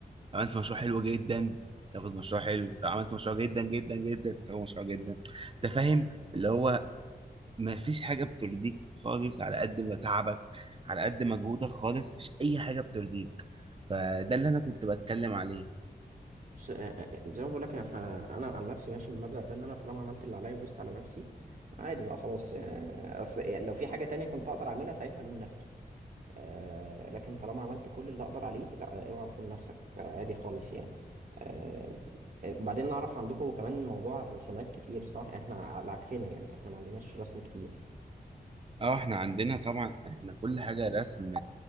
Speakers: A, on the right; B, on the right.
A: لو عملت مشروع حلو جدا تاخد مشروع حلو لو عملت مشروع جدا جدا جدا تاخد مشروع جدا انت فاهم اللي هو ما فيش حاجة بترضيك خالص على قد ما تعبك على قد مجهودك خالص مفيش اي حاجة بترضيك فده اللي انا كنت بتكلم عليه
B: بص آه، آه، آه، زي ما بقول لك احنا انا عن نفسي ماشي بالمبدأ ده ان انا طالما عملت اللي عليا ودوست على نفسي عادي بقى خلاص آه، اصل آه، لو في حاجة تانية كنت اقدر اعملها ساعتها الوم نفسي آه، لكن طالما عملت كل اللي اقدر عليه لا آه، اوعى تلوم نفسك آه، عادي خالص يعني آه، آه، بعدين نعرف عندكم كمان موضوع الرسومات كتير صح احنا على عكسنا يعني احنا ما عندناش رسم كتير
A: اه احنا عندنا طبعا احنا كل حاجة رسم